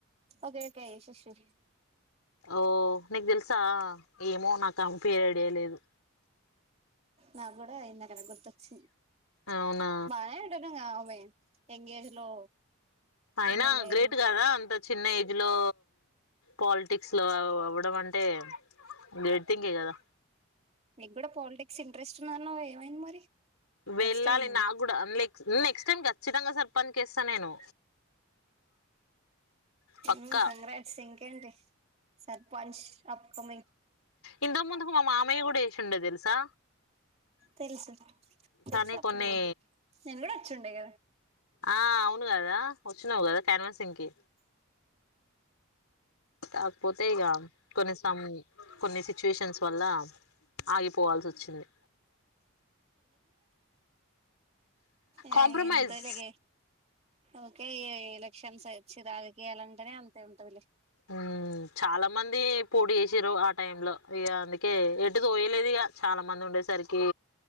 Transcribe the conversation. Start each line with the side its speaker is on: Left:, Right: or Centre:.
Right: ఓకే ఓకే యశస్వి
Left: ఓ నీకు తేలుస్ ంతా ఏమో నాకు అంపి ఐడియా లేదు.
Right: నాక్కూడా ఇందాకాడ గుర్తొచ్చింది
Left: అవునా
Right: బానే ఉంటడుంగా ఆమె యంగేజ్ లో
Left: అయినా
Right: ఎమ్మెల్యే
Left: గ్రేట్
Right: అయింది
Left: కదా అంత చిన్న ఏజ్లో పాలిటిక్స్ లో అవ్వడం అంట్ అంటే గ్రేట్ థింగే కదా
Right: నీక్కూడా పాలిటిక్స్ ఇంట్రెస్ట్ ఉందన్నావ్ ఏమైంది మరి
Left: వెళ్ళాలి
Right: నెక్స్ట్ టైం
Left: నాక్కూడా నెక్ నెక్స్ట్ టైమ్ ఖచ్చితంగా సర్పంచ్ కేస్తా నేను పక్కా
Right: ఉ కంగ్రాట్స్ ఇంకేం సర్పంచ్ అప్కమింగ్
Left: ఇంతకు ముందుకు మా మామయ్య కూడా వేసిండే తెలుసా
Right: తెలుసు తెలుసు
Left: కానీ
Right: అప్పుడు
Left: కొన్ని
Right: నేను కూడా వచ్చిండే కదా
Left: ఆ అవును కదా వచ్చినావు కదా కన్వాన్ సింగ్ కి కాకపోతే ఇక కొన్ని సం కొన్ని సిచ్యుయేషన్స్ వల్ల ఆగిపోవాల్సి వచ్చింది
Right: ఆ
Left: కాంప్రమైజ్
Right: ఎంతకే ఓకే ఎలక్షన్స్ వచ్చి రాజకీయాల అంటేనే అంతే ఉంటదిలే
Left: ఉ చాలా మంది పొటి చేసిరు ఆ టైమ్ లో ఇగ అందు అే ఎటు తోయలేదు ఇక చాలా మంది ఉండేసరికి